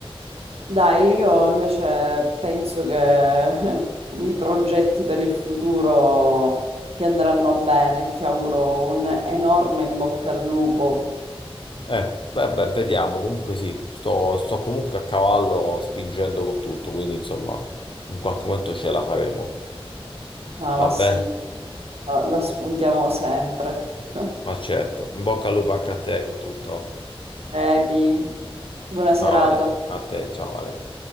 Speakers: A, on the right; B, on the left.
A: dai, io invece penso che <laughs> i progetti per il futuro ti andranno bene, ti auguro un enorme in bocca al lupo.
B: Eh, vabbè, vediamo. Comunque sì, sto, sto comunque a cavallo spingendo con tutto, quindi insomma, in qualche momento ce la faremo.
A: Ah,
B: Vabbè,
A: ma sì, la la spuntiamo sempre. <laughs>
B: ma certo. In bocca al lupo anche a te con tutto.
A: Epi, buona serata.
B: Ciao Ale, a te, ciao Ale.